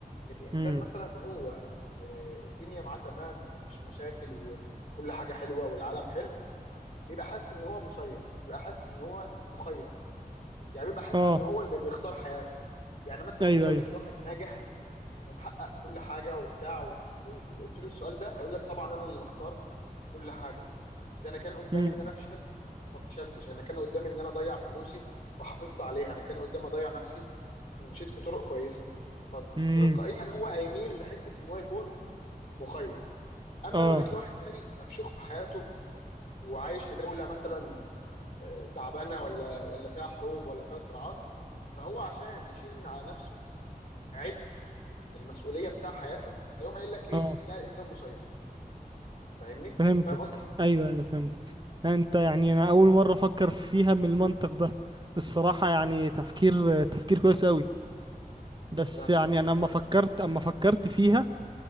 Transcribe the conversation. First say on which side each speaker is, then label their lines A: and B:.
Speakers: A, on the left; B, on the right.
A: الانسان
B: امم
A: مثلا هو آه، الدنيا معاه تمام ومفيش مشاكل وكل حاجه حلوه والعالم حلو بيبقى حاسس ان هو مسير بيبقى حاسس ان هو مخير يعني بيبقى حاسس
B: اه
A: ان هو اللي بيختار حياته يعني مثلا
B: ايوه
A: انت لو
B: ايوه
A: جيت لواحد ناجح ومحقق كل حاجه وبتاع و- و- وقلت له السؤال ده هيقول لك طبعا انا اللي مختار كل حاجه ده انا كان قدامي
B: امم
A: ان انا افشل وما فشلتش انا كان قدامي ان انا اضيع فلوسي وحافظت عليها انا كان قدامي اضيع نفسي ومشيت في طرق كويسه فتلقائيا
B: امم
A: هو هيميل لحته ان هو يكون مخير اما
B: اه
A: لو جيت لواحد تاني مفشوخ في حياته وعايش في دوله مثلا تعبانه ولا ولا فيها حروب ولا فيها صراعات فهو عشان يشيل من على نفسه عبء المسؤوليه بتاع حياته هيقوم قايل لك ايه
B: اه
A: لا الانسان مسير فاهمني
B: فهمتك
A: فاهم قصدي
B: ايوه ايوه فهمت انت يعني انا اول مرة افكر فيها من المنطق ده الصراحة يعني تفكير تفكير كويس قوي بس
A: ربنا يخليك
B: يعني انا
A: والله
B: اما فكرت اما فكرت فيها